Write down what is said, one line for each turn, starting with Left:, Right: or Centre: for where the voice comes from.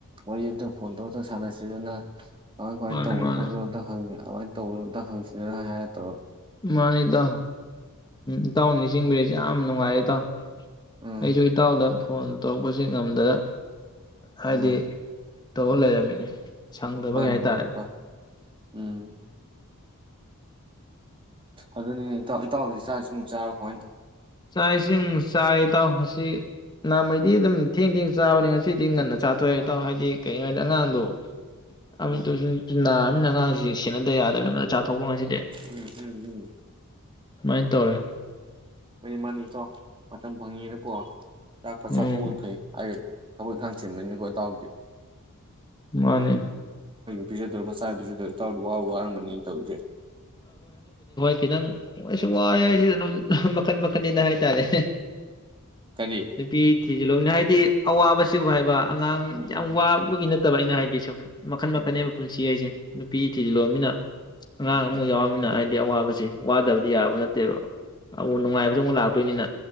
Right: ꯋꯥꯔꯤ ꯑꯝꯇ ꯐꯣꯟꯗꯣ ꯑꯝꯇ ꯁꯥꯟꯅꯁꯤꯗꯅ꯫ ꯀꯃꯥꯏ ꯀꯃꯥꯢ
Left: ꯃꯥꯅꯤ
Right: ꯇꯧꯕꯅꯣ
Left: ꯃꯥꯅꯤ
Right: ꯈꯣꯠꯄꯅꯣ ꯑꯗꯨꯃꯥꯏꯅ ꯇꯧ ꯑꯝꯇ ꯍꯪꯁꯤꯅꯦ ꯍꯥꯏꯔ ꯇꯧꯔꯣ
Left: ꯃꯥꯅꯤ ꯏꯇꯥꯎ ꯏꯇꯥꯎꯅ ꯅꯤꯡꯁꯤꯡꯕꯤꯔꯤꯁꯦ ꯌꯥꯝ ꯌꯥꯝ ꯅꯨꯡꯉꯥꯏꯔꯦ ꯏꯇꯥꯎ ꯫
Right: ꯎꯝ
Left: ꯑꯩꯖꯨ ꯏꯇꯥꯎꯗ ꯐꯣꯟ ꯇꯧꯕꯖꯤ ꯉꯝꯗꯕ ꯍꯥꯏꯗꯤ
Right: ꯎꯝ
Left: ꯇꯧꯔ ꯂꯩꯔꯃꯤꯅꯦ꯫ ꯁꯪꯗꯕꯩꯅꯤ
Right: ꯃꯥꯅꯤ
Left: ꯍꯥꯏꯇꯥꯔꯦ꯫
Right: ꯃꯥꯅꯤ ꯏꯇꯥꯎ ꯎꯝ꯫ ꯑꯗꯨꯅꯤꯅꯦ ꯏꯇꯥꯎ ꯏꯇꯥꯎꯗꯤ ꯆꯥꯛ ꯏꯁꯤꯡꯕꯨ ꯆꯥꯔꯕꯣ꯫
Left: ꯆꯥꯛ ꯏꯁꯤꯡ ꯆꯥꯔꯦ ꯢꯇꯥꯎ ꯉꯁꯤ ꯅꯃꯩꯗꯤ ꯑꯗꯨꯝ ꯊꯦꯡ ꯊꯦꯡ ꯆꯥꯕꯅꯦ ꯉꯁꯤꯗꯤ ꯉꯟꯅ ꯆꯥꯊꯣꯛꯑꯦ ꯏꯇꯥꯎ ꯍꯥꯏꯗꯤ ꯀꯩꯍꯥꯏꯅꯤ ꯑꯉꯥꯡꯗꯣ <unintelligible>
Right: ꯎꯝ
Left: ꯇꯁꯨ ꯅꯨꯄꯤ ꯅꯥꯔꯕꯅꯤꯅ ꯑꯉꯥꯡꯁꯤ ꯁꯦꯟꯅꯗꯕ ꯌꯥꯗꯕꯅꯤꯅꯅ ꯆꯥꯊꯣꯛꯑꯕ ꯉꯁꯤꯗꯤ꯫
Right: ꯎꯝ ꯎꯝ ꯎꯝ
Left: ꯑꯗꯨꯃꯥꯢ ꯇꯧꯔꯦ꯫
Right: <unintelligible> ꯃꯥꯅꯤ ꯏꯇꯥꯎ ꯃꯇꯝ ꯐꯪꯉꯤꯉꯩꯗꯀꯣ ꯆꯥꯛ ꯐꯠ
Left: ꯎꯝ
Right: ꯆꯥꯊꯣꯛ ꯍꯧꯕꯅ ꯐꯩ ꯍꯥꯏ ꯊꯕꯛ ꯏꯡꯈꯥꯡ ꯆꯤꯟꯕꯅꯤꯅ ꯏꯇꯥꯎꯗꯤ
Left: ꯃꯥꯅꯦ
Right: ꯄꯤꯖꯗꯧ ꯆꯥꯛ ꯄꯤꯖꯕꯗ ꯏꯇꯥꯎꯕꯨ ꯋꯥꯕꯨ ꯋꯥꯔꯝꯒꯅꯤ ꯇꯧꯔꯤꯖꯦ꯫
Left: ꯈꯤꯗꯪ <unintelligible> ꯑꯗꯨꯝ ꯃꯈꯟ ꯃꯈꯟꯅꯦ ꯍꯥꯏꯇꯥꯔꯦ꯫
Right: ꯀꯔꯤ
Left: ꯅꯨꯄꯤ ꯊꯤ <unintelligible> ꯍꯥꯏꯗꯤ ꯑꯋꯥꯕꯁꯤꯕꯨ ꯍꯥꯏꯕ ꯑꯉꯥꯡ
Right: ꯎꯝ
Left: ꯌꯥꯝ
Right: ꯎꯝ
Left: ꯋꯥꯕꯒꯤ ꯅꯠꯇ ꯐꯠꯇꯕ ꯑꯩꯅ ꯍꯥꯏꯗꯤ ꯁꯨꯝ ꯃꯈꯟ
Right: ꯎꯝ
Left: ꯃꯈꯅꯦꯅꯦꯕ ꯄꯨꯟꯁꯤ ꯑꯩꯁꯦ ꯅꯨꯄꯤ ꯊꯤꯖꯤꯜꯂꯣꯃꯤꯅ ꯑꯉꯥꯡ
Right: ꯎꯝ ꯎꯝ
Left: ꯑꯃ ꯌꯥꯎꯔꯃꯤꯅ ꯍꯥꯏ ꯗꯤ ꯑꯋꯥꯕꯕꯁꯤꯦ ꯋꯥꯗꯕꯗꯤ ꯌꯥꯕ ꯅꯠꯇꯦꯕ ꯑꯃꯨꯛ ꯅꯨꯡꯉꯥꯏꯕꯁꯨ ꯑꯃꯨꯛ ꯂꯥꯛꯇꯣꯏꯅꯤꯅ